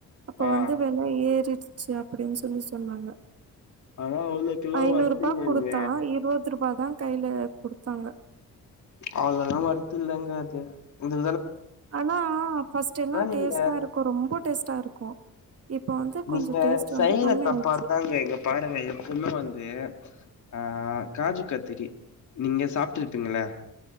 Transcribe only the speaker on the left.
ஆ
ஆனா அவ்ளோக்கெல்லா
வொர்த் இல்லங்க
அவ்ளால்லா வொர்த்தில்லங்க அது இந்த
நீங்க
நீங்க செய்ற தப்பாதாங்க
இங்க பாருங்க எப்பவுமே வந்து ஆஹ் காஜு கத்திரி நீங்க சாப்பிட்ருப்பீங்களா